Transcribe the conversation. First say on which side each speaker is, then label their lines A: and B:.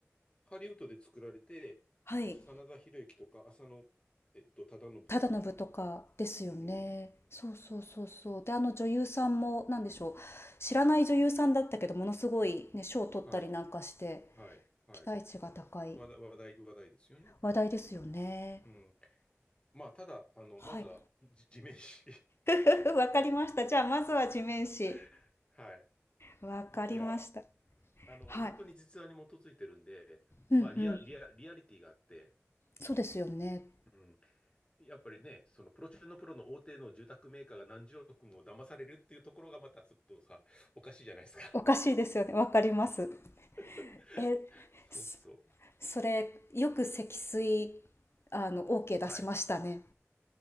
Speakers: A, on the left; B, on the left.
A: ハリウッドで作られて、
B: はい。
A: 真田広之とか、浅野、えっと、忠信とかが出てる。
B: 忠信とかですよね。
A: うん。
B: そうそうそうそう。で、あの女優さんも、なんでしょう。知らない女優さんだったけど、ものすごいね、賞を取ったりなんかして、
A: はい。はい。はい。
B: 期待値が高い。
A: 話題、話題、話題ですよね。
B: 話題ですよね。
A: うん。まあ、ただ、あの、
B: はい
A: まずは、じ地面師。
B: <laughs>。わかりました。じゃあ、まずは地面師。
A: <laughs> はい。
B: わかりました。
A: いや、あの、
B: はい。
A: 本当に実話に基づいてるんで、
B: うんうん。
A: まあ、リア、リア、リアリティがあって、
B: そうですよね。
A: うん。やっぱりね、そのプロ中のプロの大手の住宅メーカーが何十億も騙されるっていうところがまたちょっとさ、おかしいじゃないですか。
B: おかしいですよね。わかります。
A: <laughs>
B: え、
A: そうそう。
B: そそれ、よく積水、あの、OK 出しましたね。
A: はい。